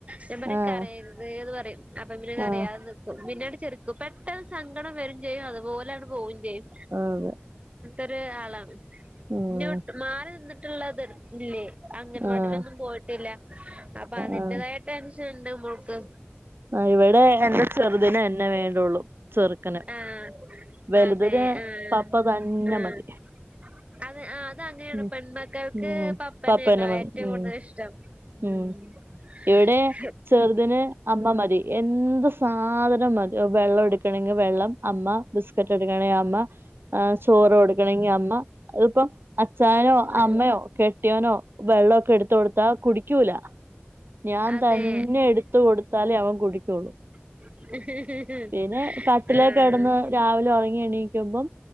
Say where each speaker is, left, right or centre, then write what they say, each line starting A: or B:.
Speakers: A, on the right; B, on the right.
A: ഞാൻ പറയും
B: ആഹ്
A: കരയരുതേന്ന് പറയും അപ്പൊ ഇങ്ങനെ അറിയാതെ
B: ആഹ്
A: നിക്കും പിന്നീട് ചിരിക്കും പെട്ടെന്ന് സങ്കടം വരും ചെയ്യും അതുപോലെങട് പോവും ചെയ്യും
B: ആതെ
A: ഒരു ആളാണ്
B: ഉം
A: <unintelligible> മാറി നിന്നിട്ടുള്ളത് ഇല്ലേ അംഗനവാടിലൊന്നും
B: ആഹ്
A: പോയിട്ടില്ല അപ്പൊ അതിന്റെതായിട്ട്
B: ആഹ്
A: ടെൻഷനുണ്ട് മൊൾക്ക്
B: ആ ഇവിടെ എന്റെ ചെറുതിന് എന്നെ വേണ്ടുള്ളൂ ചെറുക്കന്
A: ആഹ്
B: വലുതിന്
A: അതെ ആഹ്
B: പപ്പ തന്നെ
A: ആഹ്
B: മതി
A: അത് ആ അത് അങ്ങനെയാണ്
B: ഉം
A: പെൺമക്കൾക്ക്
B: ഉം
A: പപ്പനയല്ലോ
B: പപ്പന്നെ മതി
A: ഏറ്റവും
B: ഉം
A: കൂടുതൽ ഇഷ്ടം <unintelligible>
B: ഉം ഇവിടെ ചെറുതിന് അമ്മ മതി എന്ത് സാധനം മതി വെള്ളം എടുക്കണെങ്കിൽ വെള്ളം അമ്മ ബിസ്ക്കറ്റ് എടുക്കണേ അമ്മ ആ ചോറ് കൊടുകണെങ്കിൽ അമ്മ അതിപ്പം അച്ചയനോ
A: ഉം
B: അമ്മയോ കെട്ടിയനോ വെള്ളൊക്കെ എടുത്ത കൊടുത്താ കുടിക്കൂല ഞാൻ
A: അതെ
B: തന്നെ എടുത്ത് കൊടുത്താലേ അവൻ കുടിക്കുള്ളൂ
A: <unintelligible>
B: പിന്നെ കട്ടിലേ കിടന്ന് രാവിലെ ഉറങ്ങി എണീക്കുമ്പം